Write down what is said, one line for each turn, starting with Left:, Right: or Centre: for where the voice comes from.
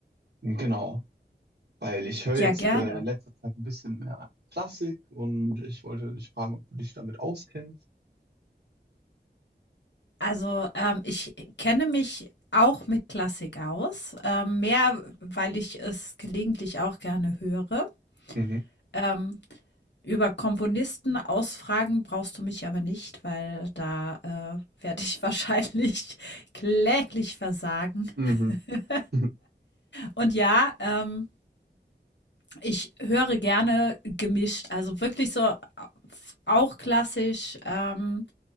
Right: genau, weil ich höre
Left: Ja,
Right: jetzt
Left: gerne.
Right: äh, in letzter Zeit ein bisschen mehr Klassik und ich wollte dich fragen, ob du dich damit auskennst.
Left: Also, ähm, ich kenne mich auch mit Klassik aus, ähm, mehr, weil ich es gelegentlich auch gerne höre.
Right: Mhm.
Left: Ähm, über Komponisten ausfragen brauchst du mich aber nicht, weil da äh, werde ich <laughs> wahrscheinlich kläglich versagen.
Right: Mhm.
Left: <laughs>
Right: <laughs>
Left: Und ja, ähm, Ich höre gerne gemischt, also wirklich so auch klassisch, ähm,